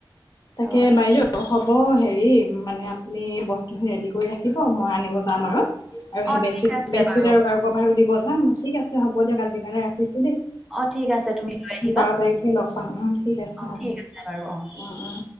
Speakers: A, on the left; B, in the centre.
A: তাকে
B: অ
A: বাইদেউ হ'ব হেৰি মানে আপো আপুনি বস্তুখিনি ৰেডি কৰি ৰাখিব মই আনিব যাম আৰু, আৰু
B: অ
A: সেই বেডশ্বীট
B: ঠিক আছে
A: বেডশ্বীট
B: বাৰু
A: আৰু কাৰো কভাৰো দিব যাম, ঠিক আছে হ'ব দিয়ক আজিৰ কাৰণে ৰাখিছোঁ দেই।
B: অঁ! ঠিক আছে তুমি লৈ আহ <inaudible>
A: বাৰ তাৰিখে লগ পাম, অঁ ঠিক আছে হ'ব।
B: ঠিক
A: অঁ-অঁ!
B: আছে বাৰু অ